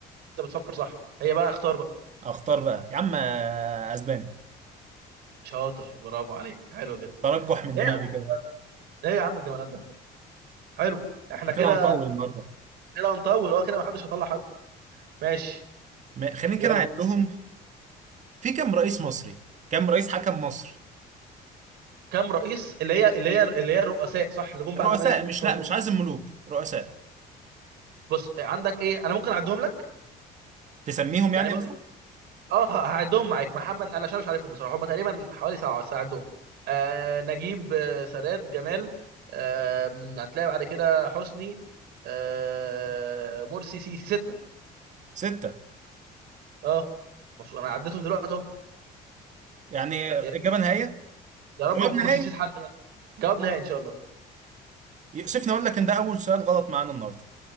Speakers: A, on the right; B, on the right.
A: انت بتفكر صح هي بقى اختار بقى
B: اختار بقى يا عم آه، اسباني
A: شاطر برافو عليك حلو جدا
B: ترجح من
A: ايه
B: دماغي
A: يا عم الجمدان
B: كده
A: ده يا عم؟ ايه يا عم الجمدان ده حلو احنا
B: كده
A: كده
B: هنطول النهارده
A: كده هنطول اه كده محدش هيطلع حد ماشي
B: ما- خلينا
A: يلا
B: كده نعدهم في كام رئيس مصري كام رئيس حكم مصر
A: كم رئيس اللي هي اللي هي اللي هي الرؤساء صح اللي جم بعد
B: رؤساء
A: الملك
B: مش
A: فاروق
B: لا مش عايز الملوك رؤساء
A: بص عندك ايه انا ممكن اعدهم لك
B: تسميهم يعني
A: يعني مثلا
B: قصدك
A: اه هعدهم معاك محمد انا عشان مش عارفهم بصراحه هم تقريبا حوالي سبعه بس هعدهم آه نجيب آه سادات جمال آه هتلاقي بعد كده حسني آه مرسي سيسي سته
B: ستة
A: اه المفروض انا عديتهم دلوقتي اهو
B: يعني
A: يا
B: إجابة
A: يا-
B: نهائية
A: يا رب
B: جواب
A: ما اكونش
B: نهائي
A: نسيت حد بس جواب نهائي ان شاء الله
B: يؤسفني أقول لك إن ده أول سؤال غلط معانا النهاردة